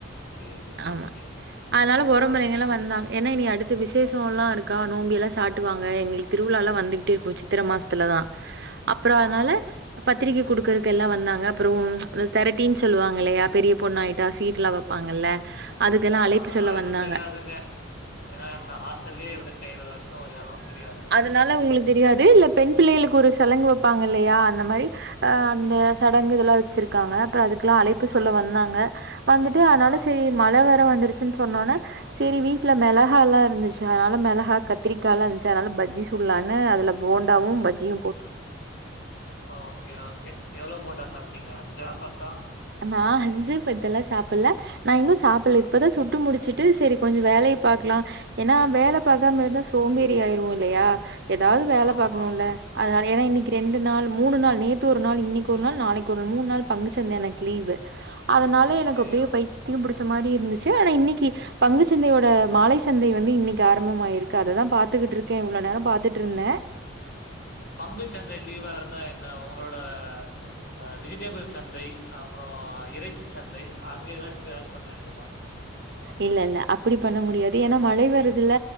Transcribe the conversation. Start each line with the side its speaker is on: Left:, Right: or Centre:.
Left: சேரி சேரி,
Right: ஆமா
Left: சேரி.
Right: அதனால உரம்பரைங்க
Left: ஓகே.
Right: எல்லா வந்தாங் ஏன்னா இனி அடுத்து விசேஷல்லா இருக்கா நோம்பியெல்லாம் சாட்டுவாங்க எங்களுக்கு திருவிழாலாம் வந்துகிட்டே போச்சு சித்திர மாசத்தல தா அப்புறம்
Left: ஆஹா!
Right: அதனால பத்திரிக்கை குடுக்கறக்கு எல்லா வந்தாங்க அப்புறம் உம் அந்த திரட்டின்னு சொல்லுவாங்க இல்லையா பெரிய பொண்ணாயிட்டா சீட்லா வெப்பாங்கில்ல அதுக்கென அழைப்பு
Left: அதெல்லாம்
Right: சொல்ல
Left: எதுவும்
Right: வந்தாங்க
Left: தெரியாதுங்க. ஏன்னா எங்க ஹாஸ்டல்லயே இருந்தேழு வருஷம் ஒர் இளவும் பிரியாதுங்க
Right: அத்னால உங்களுக்கு தெரியாது இல்ல பெண் பிள்ளைகளுக்கு ஒரு சலங்கு வப் ப்பாங்க இல்லையா அந்த மாறி அ அந்த சடங்கு இதெல்லாம் வச்சிருக்காங்க அதுக்கெல்லாம் அழைப்பு
Left: அ,
Right: சொல்ல வந்தாங்க வந்துட்டு அனால
Left: அ,
Right: சேரி மழ வேற வந்துருச்சுன்னு சொன்னனோன்ன சேரி வீட்ல மிளகால்லா இருந்துச்சா அனால மிளகாத் கத்திரிக்கால்லாம் இருந்சி அதனால பஜ்ஜி சுட்லான்னு அதுல போண்டாவும் பஜ்ஜியும் போட்
Left: ஆ ஓகே ஓகே எவ்ளோ போண்டா சாப்டீங்க அஞ்சா பத்தா
Right: அ நா அஞ்சு பத்தெல்லாம் சாப்பிட்ல நா இன்னும் சாப்புடல
Left: அ,
Right: இப்பதான் ஸ் சுட்டு முடிச்சிட்டு சேரி கொஞ்சோ வேலைய பாக்கலாம் ஏன்னா வேலை பாக்காம இருந்தா சோம்பேறி ஆயிருவோம் இல்லையா ஏதாவது வேலை
Left: ஆமா.
Right: பாக்கணுல்ல அதனால ஏன்னா இன்னைக்கு ரெண்டு நாள் மூணு நாள் நேத்து ஒரு நாள் இன்னைக்கு ஒரு நாள் நாளைக்கு ஒரு நாள் மூன்நாள் பங்குசந்தை எனக்கு லீவு அதனால எனக்கு
Left: அய்யய்யோ!
Right: அப்டியே பைத்தியம் புடிச்ச மாறி இருந்துச்சு ஆனா இன்னிக்கி பங்குச்சந்தையோட மாலை சந்தை வந்து இன்னைக்கு ஆரம்பமாயிருக்கு அதைதான் பாத்துகிட்டு இருக்கேன் இவ்வளவு நேரம் பாத்துட்டு இருந்தேன்
Left: பங்கு சந்தை லீவா இருந்தா என்ன உங்களோட அஹ் வெஜிடபிள் சந்தை அப்புறம் இறைச்சி சந்தை அங்கே ஏதாச்சும் டிரேட் பண்ண வேண்டிதான
Right: இல்ல இல்ல அப்டி பண்ண முடியாது ஏன்னா மழை வருதுல